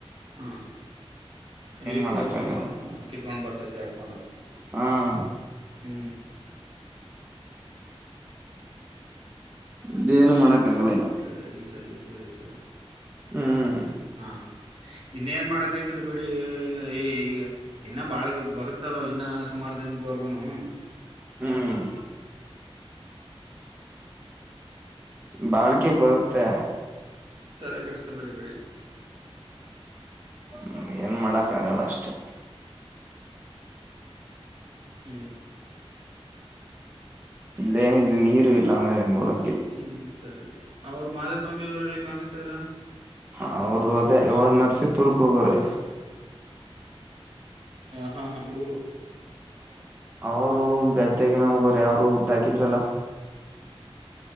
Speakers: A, on the right; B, on the right.
A: ಹಾಂ ಏಟ್ಗೋ
B: ಮಾಡಕ್
A: ಅದಕ್ಕೂ
B: ಆಗಲ್ಲ
A: ಕಿತ್ಕೊಂಡು ಬರ್ತೈತೆ ಹಡ್ಕೊಂಡು
B: ಹಾ.
A: ಹ್ಮ್.
B: ಇದೇಏನು ಮಾಡಕ್ಕ ಆಗಲ್ಲ ಇನ್ನು.
A: ಸರಿ ಸರಿ ಸರಿ ಸರಿ
B: ಹ್ಮ್
A: ಹಾ ಇನ್ನೇನ್ ಮಾಡಕ್ೈತದ ಬಿಡಿ ಈಗ ಈಗ ಇನ್ನ ಬಾಳಗ ಬರುತ್ತಲ್ೋ ಇನ್ನ ಸುಮಾರು ದಿನದವರ್ಗೂನು
B: ಹ್ಮ್ ಬಾಳ್ಗೆ ಬರುತ್ತೆ
A: ತಲೆ ಕಡಸ್ಕೊಬೇಡಿಬೇಡಿ
B: ಹ್ಮ ಏನ್ ಮಾಡಕ್ಕ ಆಗಲ್ಲ ಅಷ್ಟೇ
A: ಹ್ಮ್
B: ಇೇನ ಇಲ್ಲಿ ನೀರು ಇಲ್ಲಮೇಲೆ ಮುಳಗ
A: ಹ್ಞೂ ಸರಿ ಅವ್ರು ಮಾಧಸ್ವಾಮಿವರಲ್ಲಿ ಕಾಣಿಸ್ತಾ ಇಲ್ಲ
B: ಹ ಅವರು ಅದೇಾಗ ನರಸೀಂಪುರಕ್ ಹೋಗೋ್ರೆ
A: ಹಾ ಹಾ ಇವರು
B: ಅವರು ಗದ್ದೆೆಗೆನ ಹೋಗೋ್ರ ಅವರು ಉದ್ದಾಕಿದ್ರಲ್ಲ